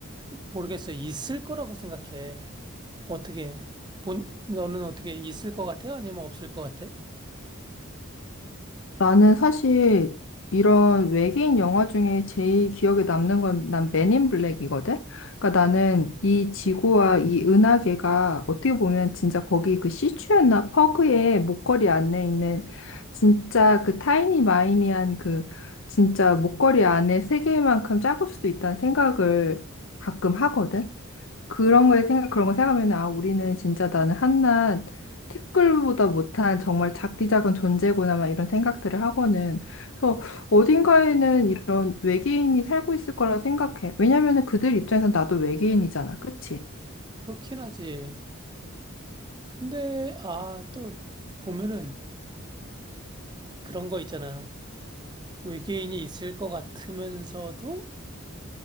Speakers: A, on the right (about 20°); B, on the left (about 65°).
A: 모르겠어. 있을 거라고 생각해. 어떻게 본 너는 어떻게 있을 것 같아? 아니면 없을 것 같아?
B: 나는 사실 이런 외계인 영화 중에 제일 기억에 남는 건 난 맨인 블랙이거든? 그러니까 나는 이 지구와 이 은하계가 어떻게 보면 진짜 거기 그 시추였나 퍼그의 목걸이 안에 있는 진짜 그 타이니 마이니한 그 진짜 목걸이 안에 세계만큼 작을 수도 있다는 생각을 가끔 하거든? 그런 거에 생각, 그런 거 생각하면, 아, 우리는 진짜 나는 한낱 티끌보다 못한 정말 작디작은 존재구나 막 이런 생각들을 하고는 그래서 어딘가에는 이런 외계인이 살고 있을 거라 생각해. 왜냐면은 그들 입장에선 나도 외계인이잖아. 그치?
A: 그렇긴 하지. 근데 아 또 보면은 그런 거 있잖아. 외계인이 있을 것 같으면서도